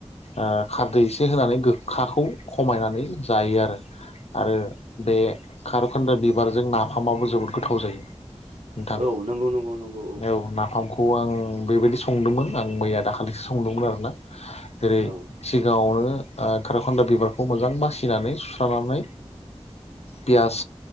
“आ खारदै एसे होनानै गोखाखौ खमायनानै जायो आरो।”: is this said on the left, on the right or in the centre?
Left